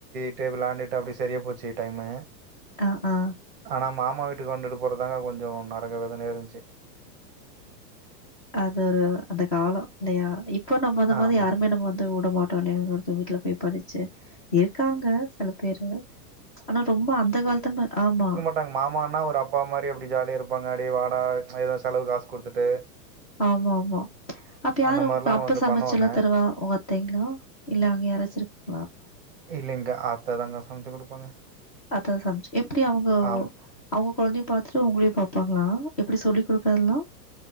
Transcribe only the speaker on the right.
அப்டே வெளாண்டுட்டு அப்டியே சரியா போச்சு டைமு
ஆனா மாமா வீட்டுக்கு வந்துட்டு போரதுதாங்க கொஞ்சோ நறக வேதனையா இருந்துச்சு
ஆம்.
<unintelligible> மாமானா அப்பா மாரி அப்டி ஜாலியா இருப்பாங்க டே வாடா ஏதாது செலவு காஸ் குடுத்துட்டு
அந்த
மாரிலாம்
வந்து
பண்ணுவாங்க.
இல்லிக்கா அத்த தாங்க சமைச்சு குடுப்பாங்க
ஆமா